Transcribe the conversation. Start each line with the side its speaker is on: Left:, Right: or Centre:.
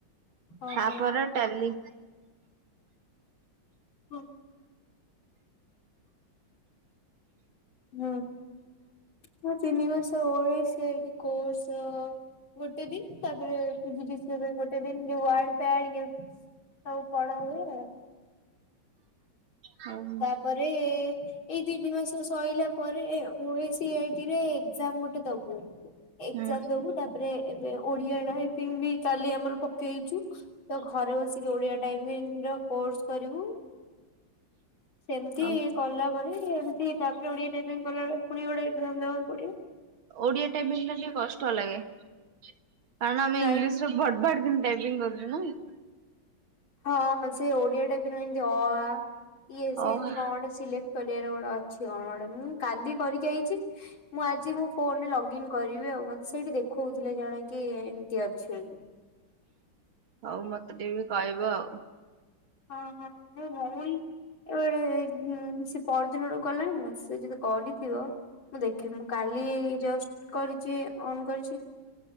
Left: ହଁ
Right: ତାପ
Left: ହଁ
Right: ଟେଲି <unintelligible>
Left: ହୋ। ହୁଁ ମୁଁ ତିନି ମାସେ ଓଏସି କୋର୍ସ ଅ ଗୋଟେ ଦିନ ତାପରେ ପିଜି ଡିସି ଏବେଗୋଟେଦିନ ଯେଉଁୱଡ ପ୍ଲାଡ ଇ ସବୁ ପଢ଼ା ହୁଏ ଏନ୍
Right: ହଉ
Left: ତାପରେ ଏ ଏ ଏଇ ତିନି ମାସ ସଇଲା ପରେ ଓ ଏଇ ସି ଆଇ ଟିରେ ରେ ଏଗ୍ଜାମ ଗୋଟେ ଦବୁ। ଏକ୍ଜାମ
Right: ହୁଁ
Left: ଦବୁ ତାପରେ ଏବେ ଓଡ଼ିଆ ରାଇପିଙ୍ଗ ବି କାଲି ଆମର ପକେଇଛୁ। ତ ଘରେ ବସିକି ଓଡ଼ିଆ ଟାଇପିଙ୍ଗ ର କୋର୍ସ କରିବୁ। ସେମତି
Right: ହଉ
Left: କଲା ପରେ ଏମିତି ତାପରେ ଓଡ଼ିଆ ଟାଇପିଙ୍ଗ କଲାବେଳେ ଫୁଣି ଗୋଟେ ଏଗଜାମ ଦବାକୁ ପଡ଼ିବ।
Right: ଓଡ଼ିଆ ଟାଇପିଙ୍ଗ ଟା ଟିକେ କଷ୍ଟ ଲାଗେ କାରଣ ଆମେ
Left: ନାଇଁ
Right: ଇଂଲିଶର ଭଡ଼ ଭାଡ଼ କିନ ଟାଇପିଙ୍ଗ କରୁଚୁ ନାଇଁ?
Left: ହଁ ସେ ଓଡ଼ିଆ ଟାଇପିଙ୍ଗ ପାଇଁ ଯେନ୍ତି ଅ ଆ ଇଏ ସିଏ
Right: ଓ
Left: ଏମତି
Right: ହଁ
Left: କଣ ଗୋଟେ ସିଲେକ୍ଟ କରିବାର ଗୋଟେ ଅ ଛି ଅଣ ଗୋଟେ ମୁଁ କାଲି କରିକି ଆଇଛି। ମୁଁ ଆଜି ମୋ ଫୋନରେ ଲଗ ଇନ କରିବି ଆଉ ମତେ ସେଇଠି ଦେଖଉଥିଲେ ଜଣେ। କି ଏନ୍ତି ଅଛି ବୋଲି।
Right: ହଉ ମତେ ଟିକେ ବି କହିବ ଆଉ।
Left: ହଁ ହଁ ମୋ ଭଉଣୀ ଏବେ ଗୋଟେ ହେଇ ଉଁ ସିଏ ପରଦିନ ଠୁ କଲାଣି ନା ସେ ଯଦି କରିଥିବ ମୁଁ ଦେଖେ ମୁଁ କାଲି ଜଷ୍ଟ କରିଚି ଅନ କରିଛି।